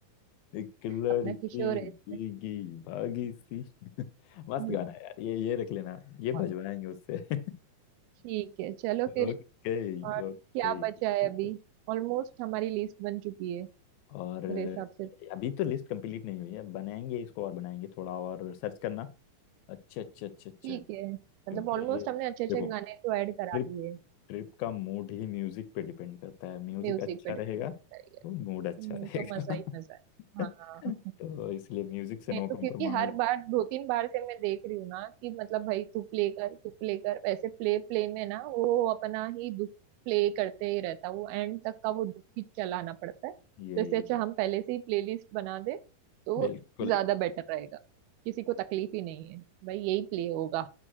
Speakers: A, on the left (about 80°); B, on the right (about 80°).
A: एक लड़की
B: अपना किशोर है
A: भीगी
B: इसमें
A: भागी सी <laughs> मस्त
B: हम्म,
A: गाना है यार ये ये रख लेना ये
B: और
A: भजवाएंगे उससे <laughs>
B: ठीक है चलो
A: Okay
B: फिर और क्या
A: okay okay.
B: बचा है अभी ऑलमोस्ट हमारी लिस्ट बन चुकी है
A: और
B: मेरे हिसाब से
A: अभी तो लिस्ट कंप्लीट नहीं हुई है बनाएंगे इसको और बनाएंगे थोड़ा और सर्च करना अच्छा अच्छा अच्छा अच्छा
B: ठीक है
A: क्योंकि
B: मतलब ऑलमोस्ट हमने अच्छे अच्छे
A: देखो
B: गाने तो ऐड
A: ट्रिप
B: करा लिए
A: ट्रिप का मूड ही म्यूजिक पे डिपेंड करता है म्यूजिक
B: म्यूजिक
A: अच्छा
B: पे डिपेंड
A: रहेगा
B: करता
A: तो
B: है
A: मूड
B: हम्म,
A: अच्छा रहेगा
B: तो मजा ही मजा है
A: <laughs>
B: हाँ
A: तो इसलिए म्यूजिक से
B: मैं
A: नो
B: तो
A: कॉम्प्रोमाइज
B: क्योंकि हर बार दो तीन बार से मैं देख रही हूँ ना कि मतलब भाई तू प्ले कर तू प्ले कर वैसे प्ले प्ले में ना वो अपना ही दुख प्ले करते ही रहता है वो एंड तक का वो दुख ही चलाना पड़ता है तो
A: यही
B: इससे
A: यही
B: अच्छा हम पहले से ही प्लेलिस्ट बना दे तो
A: बिल्कुल
B: ज्यादा बेटर रहेगा किसी को तकलीफ ही नहीं है भाई यही प्ले होगा